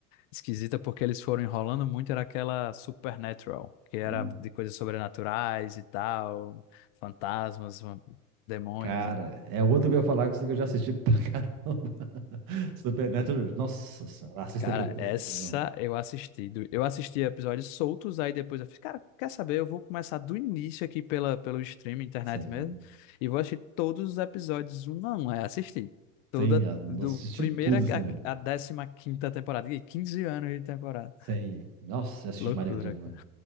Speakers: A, on the left; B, on the right.
A: esquisita, porque eles foram enrolando muito, era aquela Supernatural, que era
B: hum.
A: de coisas sobrenaturais e tal, fantasmas, vam- demônios.
B: Cara, é outro que eu ia falar que isso aqui eu já assisti pra caramba. <laughs> Supernatural, nossa senhora, assista
A: Cara,
B: aquele trem,
A: essa
B: não,
A: eu assisti. do- Eu assisti episódios soltos, aí depois eu fiz, cara, quer saber? Eu vou começar do início aqui pela, pelo streaming, internet
B: sem,
A: mesmo, e vou assistir todos os episódios um a um. Aí assisti. Toda,
B: sem, ah, não
A: do
B: assisti
A: primeira
B: tudo assim também,
A: a, a décima quinta temporada. Ih, 15 anos de temporada.
B: sem, nossa, eu assisti
A: Loucura,
B: demais aquele trem, mano.
A: cara.